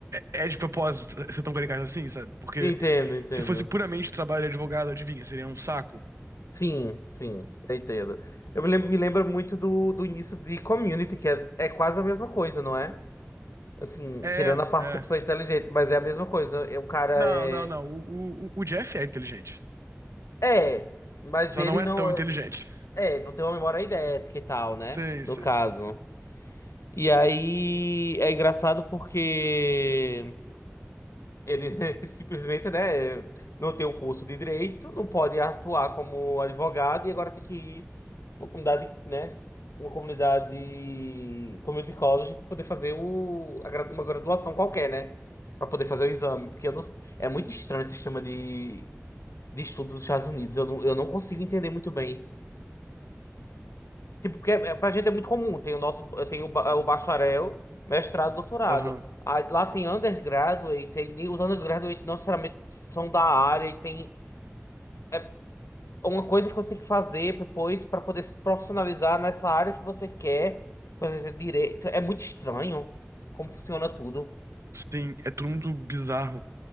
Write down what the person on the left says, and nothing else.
Entendo, entendo.
Sim, sim, eu entendo. Eu me lembro, me lembro muito do, do início de Community, que é, é quase a mesma coisa, não é? Assim,
tirando a parte
que a pessoa é inteligente, mas é a mesma coisa. É, O cara
é.
É, mas
ele
não.
É, não tem uma memória idética e tal, né?
No
caso. E aí é engraçado porque. Ele <laughs> simplesmente, né, não tem o curso de direito, não pode atuar como advogado e agora tem que ir para uma comunidade, né, uma comunidade, community college para poder fazer o, a gra- uma graduação qualquer, né, para poder fazer o exame, porque eu não- é muito estranho o sistema de, de estudo dos Estados Unidos, eu não, eu não consigo entender muito bem. Tipo, porque é, é- pra gente é muito comum. Tem o nosso, tem o, ba- o bacharel, mestrado, doutorado.
Aí, lá tem undergraduate, tem, os undergraduate não necessariamente são da área e tem é uma coisa que você tem que fazer depois para poder se profissionalizar nessa área que você quer, por exemplo, direito. É muito estranho como funciona tudo.